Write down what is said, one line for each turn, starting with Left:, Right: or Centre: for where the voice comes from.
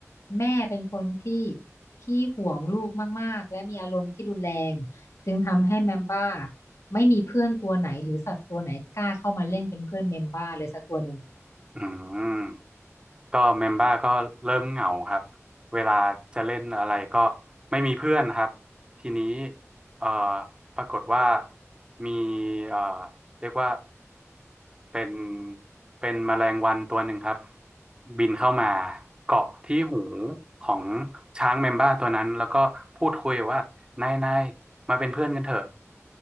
Left: แม่เป็นคนที่ขี้หวงลูกมากๆและมีอารมณ์ที่รุนแรงจึงทำให้แมมบ้าไม่มีเพื่อนตัวไหนหรือสัตว์ตัวไหนกล้าเข้ามาเล่นเป็นเพื่อนแมมบ้าเลยสักตัวหนึ่ง
Right: อืม ก็เมมเบอร์ก็เริ่มเหงาครับเวลาจะเล่นอะไรก็ไม่มีเพื่อนครับทีนี้เอ่อปรากฏว่ามีเอ่อเรียกว่าเป็นเป็นแมลงวันตัวหนึ่งครับบินเข้ามาเกาะที่หูของช้างเมมเบอร์ตัวนั้นแล้วก็พูดคุยว่านายนายมาเป็นเพื่อนกันเถอะ